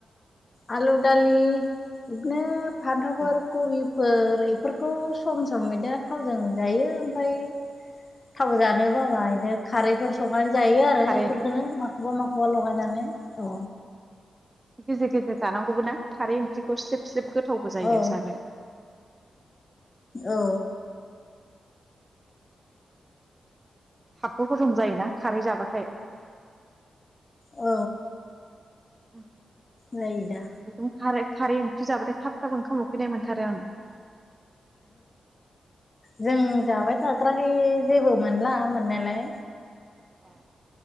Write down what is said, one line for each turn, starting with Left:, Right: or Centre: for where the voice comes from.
Left: आलु दालि इदिनो फान्थावफोर
Right: औ
Left: खबि फोर ए फोर खौ सम सम मैदा थावजों जायो ओमफाय थाव जानो। <unintelligible> खारैफोर सं संनानै जायो आरो
Right: खारै
Left: इफोरखोनो माखौबा माखौबा लगायनानै। औ।
Right: गेजेर गेजेर जानांगौबो ना खारै ओंख्रिखौ स्लिब स्लिब गोथावबो जायो
Left: औ
Right: जानो।
Left: औ।
Right: थाबबो हजम जायोना खारै जाबाथाय।
Left: औ।
Right: उम।
Left: जायो दा
Right: दंखारो खारै ओंख्रि जाबाथाय थाब थाब ओंखाम उखैनाय मोनथारो आं।
Left: जों जाबाय जाग्राखाय जेबो मोनला मोननायालाय।
Right: ए